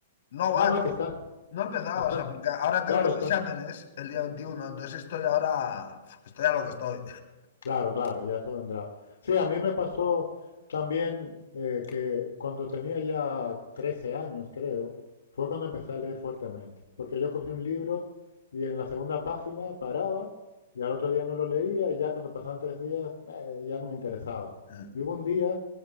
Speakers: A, on the left (about 65°); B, on the left (about 80°).
A: No
B: Ah,
A: va,
B: no, que estás,
A: no he empezado,
B: estás,
A: o sea, porque ahora
B: claro,
A: tengo los
B: estás.
A: exámenes el día veintiuno entonces estoy ahora, estoy a lo que estoy.
B: Claro, claro, ya eso vendrá. Sí, a mí me pasó también eh, que cuando tenía ya 13 años, creo, fue cuando empecé a leer fuertemente. Porque yo cogí un libro y en la segunda página paraba y al otro día no lo leía y ya cuando pasaban tres días eh, ya no me interesaba.
A: 对，嗯嗯嗯嗯嗯，sí,
B: Y hubo un día